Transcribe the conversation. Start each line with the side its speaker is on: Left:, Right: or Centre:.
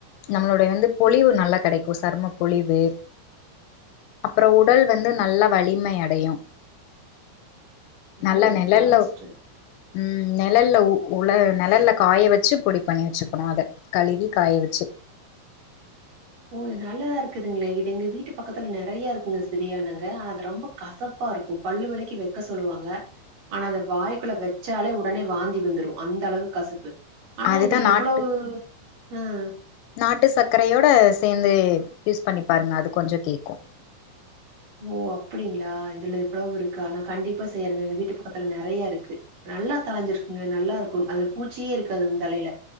Left: நம்மளுடைய வந்து பொழிவு நல்லா கெடைக்கு சரும பொழிவு அப்புரோ உடல் வந்து நல்லா வலிமை அடையு நல்லா
Right: ஓ
Left: நெலல்ல
Right: உடம்பு சற்று
Left: ம் நெலல்ல உ உள நெழல்ல காய வச்சு பொடி பண்ணி வச்சுக்கணு அத கழுவி காய வச்சு
Right: இது நல்லதா இருக்குதுங்களே இது எங்க வீட்டு பக்கத்துல நெறையா இருக்குங்க சிரியானங்க ஆனா அது ரொம்ப கசப்பா இருக்கு பல்லுவலிக்கு வைக்க சொல்லுவாங்க ஆனா அத வாய்க்குள்ள வச்சாலே உடனே வாந்தி வந்துடு அந்த அளவுக்கு கசப்பு ஆனா
Left: அதுதா
Right: இதுல
Left: நாட்டு
Right: இவ்வளவு ம்
Left: நாட்டு சக்கரையோட சேர்ந்து யூஸ் பண்ணி பாருங்க அது கொஞ்சோ கேக்கு
Right: ஓ அப்டிங்களா இதுல இவ்வளவு இருக்கா ஆனா கண்டிப்பா செய்றங்க எங்க வீட்டு பக்கத்துல நெறைய இருக்கு நல்லா தலைஞ்சிருக்குங்க நல்லா இருக்கும் அதுல பூச்சியே இருக்காது இந்த தலையில